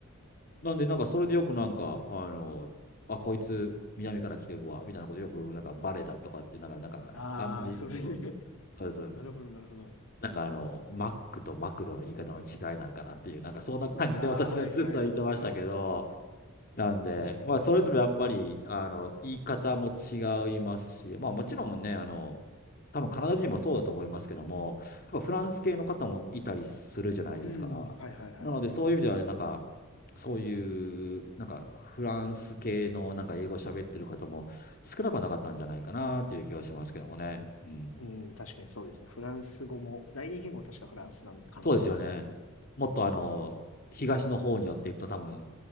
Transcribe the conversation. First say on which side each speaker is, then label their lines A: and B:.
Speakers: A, on the left; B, on the left.
A: なんで、なんかそれでよくなんか、あの、あ、こいつ、南から来てるわ、みたいなことよく、なんかバレたとかって、なんか、なんか、
B: ああ、
A: あんまり、
B: それで、
A: そう、
B: <laughs>
A: そうそう
B: なるほどなるほど。
A: なんかあの、マックとマクドの言い方の違いなんかなっていう、なんかそんな感じで私はずっと言ってましたけど、
B: ああ、はいはいはいはい。
A: なんで、
B: 確かに確かに。
A: まあそれぞれやっぱり、あの、言い方も違いますし、まあもちろんね、あの、多分カナダ人もそうだと思いますけども、やっぱフランス系の方もいたりするじゃないですか。
B: うん、はいはいはいはい。
A: なのでそういう意味では、なんか、そういう、なんかフランス系のなんか英語喋ってる方も少なくはなかったんじゃないかなっていう気はしますけどもね。うん。
B: うん、確かにそうですね。フランス語も、第二言語確かフランスなんで、カナダ。
A: そうですよね。もっとあの、
B: そうですね。
A: 東の方に寄っていくと多分、